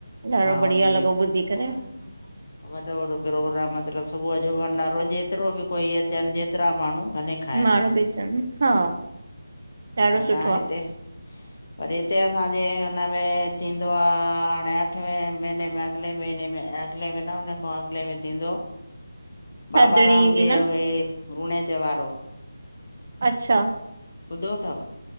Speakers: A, on the right; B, on the left.
A: ॾाढो
B: हुनजी
A: बढ़िया लॻो ॿुधी
B: वॾा
A: करे।
B: वॾा हा। वॾो -वॾो प्रोग्राम मतलब सुबुअ जो भंडारो जेतिरो बि कोई अचनि जेतिरा माण्हूं भले खाएन
A: माण्हू
B: अची
A: बि अचनि हा ॾाढो
B: असां
A: सुठो आहे
B: हिते पर हिते असांजे हुनमें थींदो आ हाणे अट अठे महीने में अगिले महीने में अगिले में न हुनन खां अॻिले में थींदो बाबा
A: थदड़ी
B: रामदेव
A: ईंदी न
B: हे रूणे त्योहारो
A: अच्छा।
B: ॿुधो थव